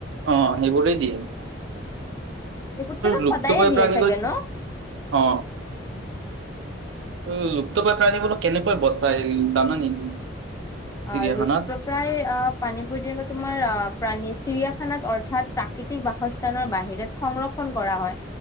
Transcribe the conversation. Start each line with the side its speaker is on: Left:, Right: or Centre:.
Right: অ সেইবোৰে দিয়ে
Left: এইবোৰ চাগে
Right: লুপ্তপ্ৰায়
Left: সদায়ে দিয়ে
Right: প্ৰাণী
Left: চাগে
Right: গৈ
Left: ন
Right: অ অ লুপ্তপ্ৰায় প্ৰাণী বোৰক কেনেকৈ বচাই জানা নেকি চিৰিয়াখানাত?
Left: অ লুপ্তপ্ৰায় প্ৰণীবোৰ যেনেকৈ তোমাৰ প্ৰাণী চিৰিয়া খানাত অৰ্থাত প্ৰাকৃতিক বাসস্থানৰ বাহিৰত সংৰক্ষণ কৰা হয়